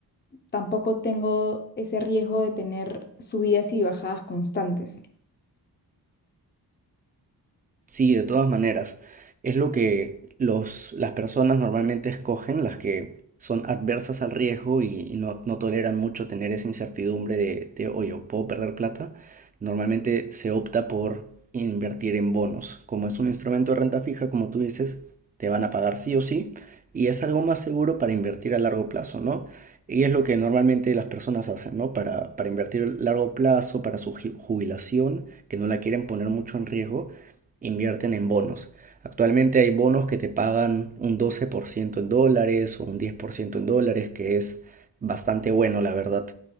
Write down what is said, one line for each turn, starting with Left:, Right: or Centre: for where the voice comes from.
Left: tampoco tengo ese riesgo de tener subidas y bajadas constantes.
Right: Sí, de todas maneras. Es lo que los, las personas normalmente escogen, las que son adversas al riesgo y, y no, no toleran mucho tener esa incertidumbre de, de, oye, ¿puedo perder plata? Normalmente se opta por invertir en bonos. Como es un instrumento de renta fija, como tú dices, te van a pagar sí o sí y es algo más seguro para invertir a largo plazo, ¿no? Y es lo que normalmente las personas hacen, ¿no? Para, para invertir a largo plazo, para su ju- jubilación, que no la quieren poner mucho en riesgo invierten en bonos. Actualmente hay bonos que te pagan un 12% en dólares o un 10% en dólares, que es bastante bueno, la verdad.